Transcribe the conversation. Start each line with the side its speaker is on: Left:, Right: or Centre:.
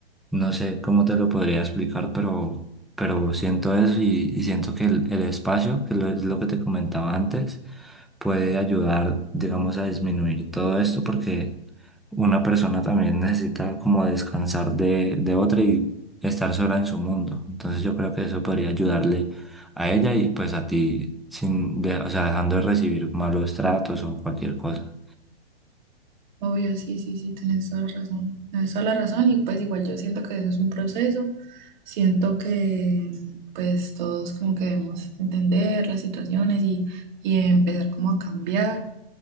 Centre: no sé cómo te lo podría explicar, pero, pero siento eso y, y siento que el, el espacio, que lo- es lo que te comentaba antes, puede ayudar, digamos, a disminuir todo esto porque una persona también necesita como descansar de, de otra y estar sola en su mundo. Entonces yo creo que eso podría ayudarle a ella y pues a ti, sin de- o sea, dejando de recibir malos tratos o cualquier cosa.
Right: Obvio, sí, sí, sí, tienes toda la razón. Tienes toda la razón y pues igual yo siento que eso es un proceso. Siento que pues todos como que debemos entender las situaciones y, y empezar como a cambiar.